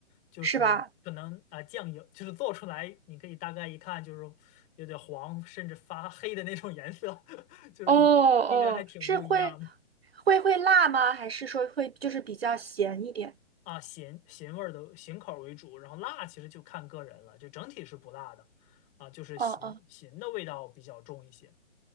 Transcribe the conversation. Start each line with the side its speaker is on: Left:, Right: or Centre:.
Left: 就是可能啊、
Right: 是吧？
Left: 酱油就是做出来，你可以大概一看就是有点黄，甚至发黑的那种颜色，<laughs> 就是应该应该还挺不一样的
Right: 哦哦，是会会会辣吗？还是说会就是比较咸一点？
Left: 啊。咸咸味儿的咸口儿为主，然后辣其实就看个人了，就整体是不辣的啊，就是咸咸的味道比较重一些
Right: 哦哦